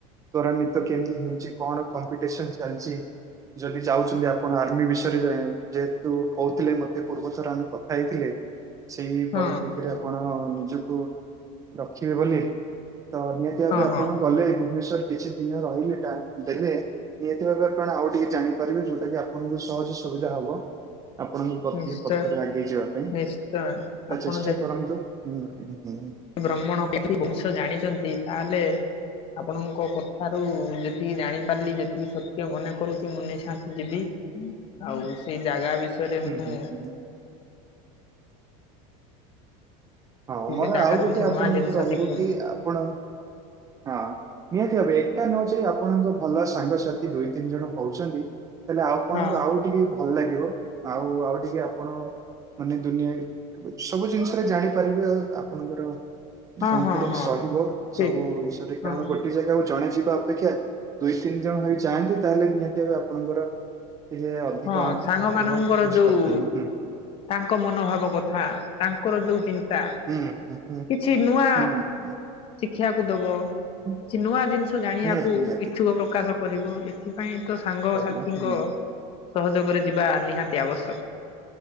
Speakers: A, on the right; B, on the left.
A: ତ୍ୱରାନ୍ୱିତ କେମିତି ହେଇଚି, କଣ କମ୍ପିଟିସନ ଚାଲିଚି ଯଦି ଯାଉଚନ୍ତି ଆପଣ ଆର୍ମି ବିଷୟରେ, ଯେହେତୁ କହୁଥିଲେ ମତେ ପୂର୍ବ ଥର ଆମେ କହୁ ଖାଇଥିଲେ ସେଇ
B: ହଁ
A: ପରିପ୍ରେକ୍ଷୀରେ ଆପଣ, ନିଜକୁ ରଖିବେ ବୋଲି। ତ ନିହାତି ଭାବେ
B: ହଁ
A: ଆପଣ
B: ହଁ
A: ଗଲେ ଭୁବନେଶ୍ଵର କିଛି ଦିନ ରହିଲେ, ଟ୍ୟାଙ୍କ ଦେଲେ ନିହାତି ଭାବେ ଆପଣ ଆଉ ଟିକେ ଜାଣିପାରିବେ ଯୋଉଟା କିି ଆପଣଙ୍କୁ ସହଜ ସୁବିଧା ହବ ଆପଣଙ୍କ ପ୍ରତି
B: ନିଶ୍ଚୟ
A: ପଥରେ ଆଗେଇ ଯିବା ପାଇଁ,
B: ନିଶ୍ଚୟ
A: ତ
B: ଆପଣ
A: ଚେଷ୍ଟା କରନ୍ତୁ, ହୁଁ ହୁଁ ହୁଁ।
B: ବ୍ରହ୍ମଣ କିଛି ଜିନିଷ ଜାଣିଚନ୍ତି, ତାହେଲେ ଆପଣଙ୍କ କଥାରୁ ଯେତିକି ଜାଣି ପାରିଲି, ଯେତିକି ସତ୍ୟ ମନେ କରୁଚି, ମୁଁ ନିଶାତି ଯିବି। ଆଉ, ସେଇ ଜାଗା ବିଷୟରେ
A: ହୁଁ
B: ମୁଁ
A: ହୁଁ ହୁଁ ହଁ, ମୋର
B: ସେ ଜାଗାରୁ
A: ଆଉ ଗୋଟେ
B: କିଛି
A: ଆପଣଙ୍କୁ
B: ନୂଆ ଜିନିଷ
A: ରହିବ
B: ଶିଖିବି
A: କି ଆପଣ ହଁ, ନିହାତି ଭାବେ, ଏକା ନ ଯାଇ ଆପଣଙ୍କ ଭଲ ସାଙ୍ଗସାଥି ଦୁଇ ତିନି ଜଣ ହଉଚନ୍ତି ତାଲେ ଆଉପଣଙ୍କୁ
B: ହଁ
A: ଆଉ ଟିକେ ଭଲ ଲାଗିବ, ଆଉ ଆଉ ଟିକେ ଆପଣ ମାନେ ଦୁନିଆ, ସବୁ ଜିନିଷରେ ଜାଣିପାରିବେ ଆପଣଙ୍କର
B: ହଁ
A: କନଫିଡେନ୍ସ
B: ହଁ ହଁ
A: ରହିବ,
B: ଠିକ
A: ସବୁ ବିଷୟରେ, କାରଣ
B: ହଁ
A: ଗୋଟେ ଗୋଟେ ଜାଗାକୁ ଜଣେ ଯିବା ଅପେକ୍ଷା, ଦୁଇ ତିନି ଜଣ ହେଇ ଯାଆନ୍ତି, ତାହେଲେ ନିହାତି ଭାବେ ଆପଣଙ୍କର ଟିକେ ଅଧିକ
B: ହଁ ସାଙ୍ଗ
A: ରହିବ,
B: ମାନଙ୍କର
A: ମିସ୍
B: ଯୋଉ
A: କରୁଚନ୍ତି ହୁଁ।
B: ତାଙ୍କ ମନୋଭାବ କଥା, ତାଙ୍କର ଯୋଉ ଚିନ ନ୍ତା,
A: ହୁଁ ହୁଁ ହୁଁ
B: କିଛି ନୂଆ
A: ହୁଁ ହୁଁ
B: ଶିକ୍ଷାକୁ ଦବ।
A: ହୁଁ।
B: ସେ ନୂଆ ଜିନିଷ ଜାଣିବାକୁ
A: ନିହାତି ନିହାତି
B: ଇଛୁକ ପ୍ରକାଶ କରିବ। <unintelligible> ଏଥିପାଇଁ ତ, ସାଙ୍ଗ
A: ରହିବ
B: ସାଥିଙ୍କ
A: ହୁଁ
B: ସହଯୋଗରେ ଯିବା ନିହାତି ଆବଶ୍ୟକ।